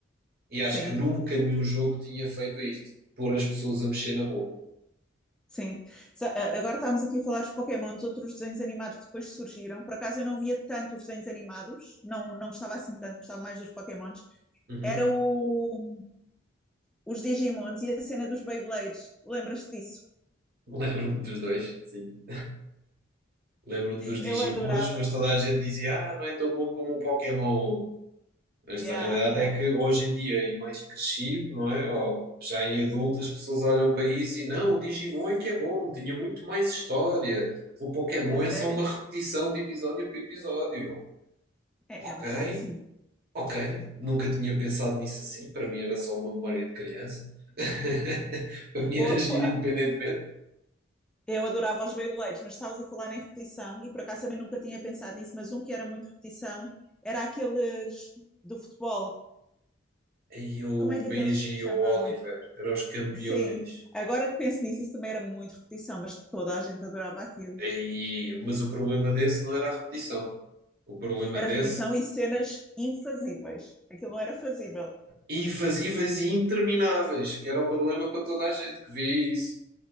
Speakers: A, on the right; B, in the centre.
A: E
B: sim.
A: acho que nunca nenhum jogo tinha feito isto. Pôr as pessoas a mexer na rua.
B: Sim. Sa- a- Agora estávamos aqui a falar dos Pokémon, dos outros desenhos animados que depois surgiram. Por acaso eu não via tanto os desenhos animados, não, não gostava assim tanto, gostava mais dos Pokémons.
A: Uhum.
B: Era o, os Digimons e a cena dos Beyblades. Lembras-te disso?
A: <laughs> Lembro-me dos dois, sim. Lembro-me dos Digimons,
B: Eu adorava.
A: mas toda a gente dizia: Ah, não é tão bom como o Pokémon. Mas
B: É,
A: a realidade
B: a- é, a-
A: é que hoje em dia, em mais crescido, não é? Ou já em adulto, as pessoas olham para isso e não, o Digimon é que é bom, tinha muito mais história. O Pokémon
B: a série?
A: é só uma repetição de episódio para episódio.
B: É,
A: Ok,
B: é um bocado, sim.
A: ok. Nunca tinha pensado nisso assim. Para mim era só uma memória de criança. <laughs> Para mim
B: Ou-
A: era giro
B: ou a-
A: independentemente.
B: eu adorava os Beyblades, mas estavas a falar em repetição e por acaso também nunca tinha pensado nisso, mas um que era muito repetição era aqueles do futebol.
A: Aí o
B: Como é que
A: Benji
B: aqueles se
A: e
B: chamavam?
A: o Oliver eram os campeões.
B: Sim, agora que penso nisso, isso também era muito repetição, mas toda a gente adorava aquilo.
A: Aí... Mas o problema desse não era a repetição. O problema
B: Era
A: desse.
B: repetição e cenas infazíveis. Aquilo não era fazível.
A: invasivas e intermináveis, que era o problema para toda a gente que vê isso.